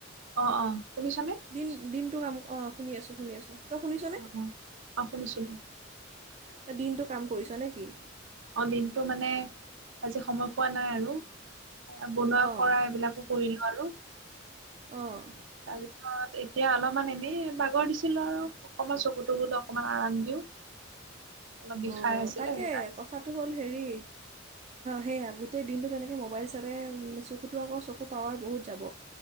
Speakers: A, on the right (about 65°); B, on the right (about 30°).
A: অ', অ' শুনিছানে?
B: দিন দিনটো কাম, অ' শুনি আছোঁ, শুনি আছোঁ। তই শুনিছনে?
A: অ', অ', অ' শুনিছোঁ।
B: তই দিনটো কাম কৰিছ নে কি?
A: অ' দিনটো মানে আজি সময় পোৱা নাই আৰু এ, বনোৱা
B: অঁ
A: কৰা এইবিলাক কৰিলোঁ আৰু।
B: অ'।
A: তাৰপিছত এতিয়া অলপমান এনেই বাগৰ দিছিলোঁ আৰু। অকমান চকুটো বোলো অকমান আৰাম দিওঁ। অলপ বিষাই
B: অ',
A: আছিলে
B: তাকে
A: সেইকাৰণে
B: কথাটো হ'ল হেৰি সেয়া গোটেই দিনটো তেনেকে মোবাইল চালে চকুটো আকৌ চকু পাৱাৰ বহুত যাব।